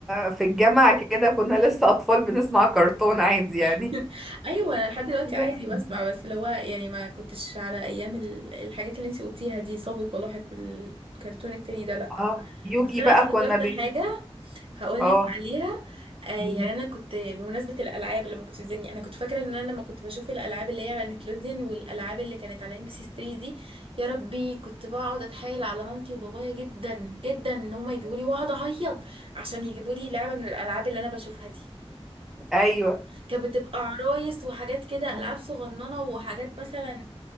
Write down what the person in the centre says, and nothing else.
في الجامعة كده كنا لسه أطفال بنسمع كرتون عادي يعني
<laughs>
اه يوجي
بقى
كنا بين
اه
مم.
ايوه